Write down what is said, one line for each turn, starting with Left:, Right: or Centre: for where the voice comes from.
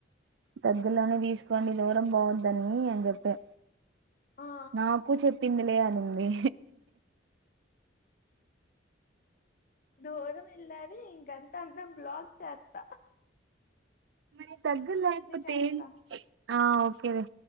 Right: దగ్గలోనే తీసుకోండి దూరం పోవద్దని అని చెప్పే
Left: ఆ
Right: నాకు చెప్ప పిందలే అనింది
Left: దూరం ఇల్లారీ ఇంగంత అంత బ్లాగ్ చేత్త
Right: మరి తగ్గ లేకపోతే
Left: చేస్తా
Right: ఆ ఓకే రే